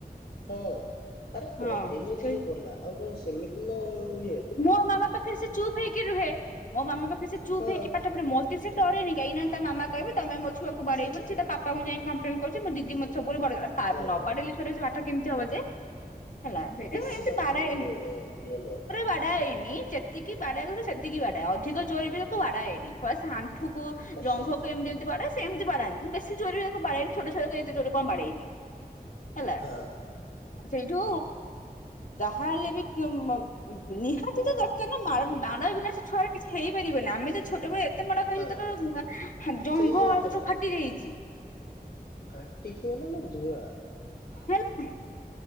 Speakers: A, on the left; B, on the left.
A: ହଁ ଆରେ ପଢେଇଲେ
B: ହଁ ସେ
A: ଯିଏ ଗଲା ଆଉ କଣ ସେମିତି ନା ଆଉ
B: ମୋ ମାମା ପାଖରେ ସେ ଚୁପ୍ଇକି ରୁହେ ମୋ ମାମା ପାଖରେ ସେ ଚୁପ୍ଇକି
A: ହଁ
B: ପାଠ ପଢେ ମୋ ସେ ଡରେନ କାଇଁ ନା ତା ମାମ କହିବେ ତମେ ମୋ ଛୁଆକୁ ବାଡେଇବନି ସେ ବାପାଙ୍କୁ ଯାଇ କପଲେନ କରୁଛି ମୋ ଦି ମତେ ସବୁବେଳେ ବାଡ
A: ହଁ
B: ନ
A: ହଁ
B: ବାଡିଲେ ଛୁଆଁ ଟି ପାଠ କେମିତି ହବ ଯେ ହେଲା ସେଇଟା
A: ବେଶୀ
B: ଏମତି
A: ବାଡେଇଲେ
B: ବାଡା
A: ବି
B: ଏନି
A: ଭଲ ନୁହଁ।
B: ବାଡା ହେଇନି ଯେତିକି ବାଡେଇବା କଥା ସେତିକି ବାଡାଏ ଅଧିକ ଜୋର ବି ତାକୁ ବାଡା ହେଇନି ଖ ଆଣ୍ଠୁକୁ
A: ଆଚ୍ଛା
B: ଜଙ୍ଘକୁ ଏମିତି ଏମିତି ବାଡ଼ାଏ ସେମତି ବାଡ଼ାଏ ମୁଁ ବେଶୀ ଜୋରେ ବି ତାକୁ ବାଡ଼ାଏନି ଛୋଟ ଛୋଆକୁ ଏତେ ଜୋରେ କଣ ବାଡେଇବି, ହେଲା
A: ହଁ।
B: ସେଇଠୁ ଯାହା ହେଲେ ବି ନିହାତି ତ ଦରକାର ନା। ମାଡ ବିନା ସେ ଛୁଆଁ ର କିଛି ହେଇପାରିବନି ଆମେ ତ ଛୋଟବେଲୁ ଏତେ ମାଡ ଖାଇଛ
A: ହଁ
B: ତର ଜଙ୍ଘ
A: ସେଇଆ
B: ଆଳୁ ଫାଟି ଯାଇଛି।
A: ଫାଟଟି କି ମାନେ ଆମର ଧୂଆଁ।
B: ହେଲା